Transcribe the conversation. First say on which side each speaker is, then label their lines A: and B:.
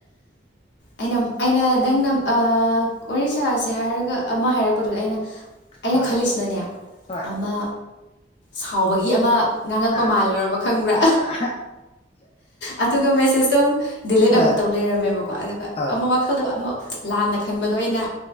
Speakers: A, on the left (about 75°); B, on the left (about 35°).
A: ꯑꯩꯅ ꯑꯩꯅ ꯅꯪꯅ ꯑꯣꯔꯤꯁꯥꯁꯦ ꯍꯥꯏꯔꯒ ꯑꯃ ꯍꯥꯏꯔꯛꯄꯗꯨꯗ ꯑꯩꯅ ꯑꯩꯅ
B: ꯍꯣꯏ
A: ꯈꯜꯂꯤꯁꯤꯅꯅꯦ
B: ꯍꯣꯏ
A: ꯑꯃ ꯁꯥꯎꯕꯒꯤ ꯑꯃ ꯉꯥꯡꯉꯛꯄ
B: ꯑꯥ
A: ꯃꯥꯜꯂꯨꯔꯕ ꯈꯪꯕ꯭ꯔꯥ
B: ꯑꯥ
A: ꯑꯗꯨꯒ ꯃꯦꯁꯦꯁꯇꯣ ꯗꯤꯂꯤꯠ ꯑꯃꯨꯛꯛꯇꯧ
B: ꯑꯥ
A: ꯂꯩꯔꯝꯃꯦꯕꯀꯣ ꯑꯗꯨꯒ
B: ꯑꯥ
A: ꯑꯃ ꯋꯥꯈꯜꯗꯣ ꯑꯃ ꯂꯥꯟꯅ ꯈꯟꯕꯗꯣ ꯑꯩꯅ